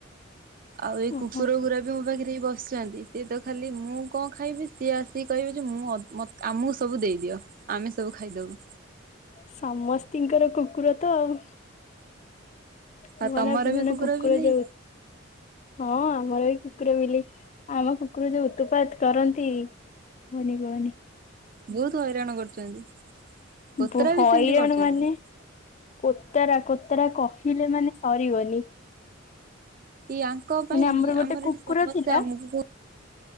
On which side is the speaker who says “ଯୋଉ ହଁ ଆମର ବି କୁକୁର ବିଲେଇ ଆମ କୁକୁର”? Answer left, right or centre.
Left